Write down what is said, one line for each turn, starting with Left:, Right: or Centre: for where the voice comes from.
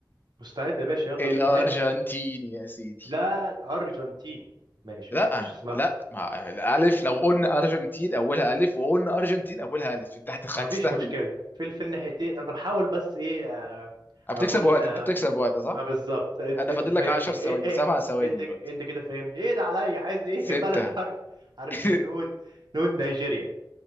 Right: مستعد يا باشا يلا
Left: الأرجنتين
Right: بينا هات
Left: يا سيدي
Right: لا الارجنتين ماشي
Left: لا
Right: ما- مش اسمها
Left: لا مع الألف لو قلنا أرجنتين أولها ألف وقلنا أرجنتين أولها ألف أنت هتخ-
Right: ما
Left: هتستهبل
Right: فيش مشكلة في في الناحيتين انا بحاول بس ايه آه،
Left: بتكسب
Right: اكون
Left: وقت
Right: آه،
Left: أنت بتكسب وقت صح؟
Right: ما بالظبط إت-
Left: أنا
Right: انت
Left: فاضل
Right: فاهمني
Left: لك 10
Right: ك-
Left: ثواني
Right: ايه ايه
Left: 7 ثواني
Right: انت
Left: دلوقتي
Right: انت كده فاهمني ايه ده عليا عايز ايه
Left: ستة
Right: <laughs> بلد حرف حرف
Left: <laughs>
Right: النون نون نيجيريا